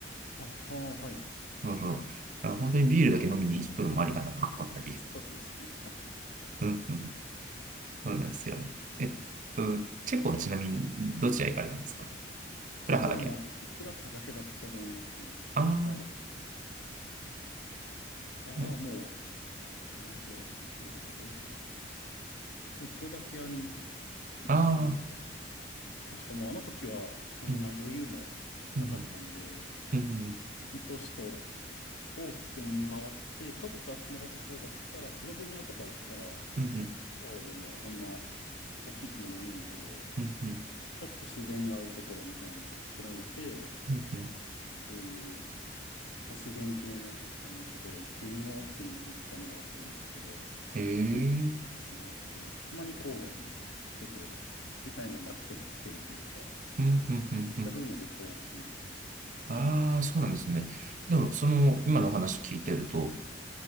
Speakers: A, on the left; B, on the right.
A: あ、はあ、はい。
B: そうそう。だから本当にビールだけ飲みに行くのもありかなと思ったり。
A: そうですね、はい。
B: うんうん。そうなんですよ。えっと、チェコはちなみにどちら行かれたんですか
A: チェコはもうあの時プラハだけだったと思いますね。
B: プラハだけ。
A: プラハ
B: ああ
A: からも
B: な
A: う、あの後すぐどこ行ったんだったっけ。スロバキアに行ったのか。
B: ああ
A: 確かもうあの時はそんな余裕もなかったんで、
B: うん、うん、うん、うん、
A: 本当首都を起点に回って、ちょっと足伸ばせそうだったら、スロベニアとかだったら、
B: うん、うん、
A: 首都でもあんま大きくもないんで、
B: うん、
A: ちょっと自然があるところみたいな調べて、
B: うん、うん。
A: そういうまあ、自然系の、あのところ行ってみようっていうので行ったのはあったんですけど、
B: ええ
A: 基本的に回って、たまに郊外に出て、みたいなアクセントつけるというか、
B: うん、うん、うん、
A: そういった風な旅行をしてましたね。
B: うん。ああ、そうなんですね。でも、その、今のお話聞いてると、